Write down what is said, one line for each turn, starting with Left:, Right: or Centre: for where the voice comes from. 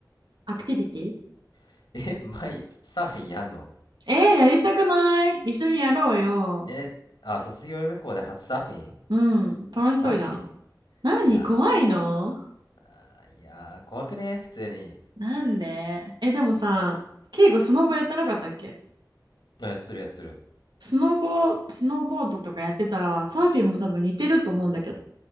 Right: アクティビティ
Left: <laughs> え、舞、サーフィンやんの
Right: えー、やりたくない一緒にやろうよ。
Left: え、あ、卒業旅行で初サーフィン
Right: うん、楽しそうじゃん。
Left: マジ
Right: 何怖いの
Left: いやー、いやー、怖くね普通に。
Right: なんでえ、でもさ、ケイゴスノボやってなかったっけ
Left: あ、やっとるやっとる。
Right: スノボ、スノーボードとかやってたら、サーフィンも多分似てると思うんだけど。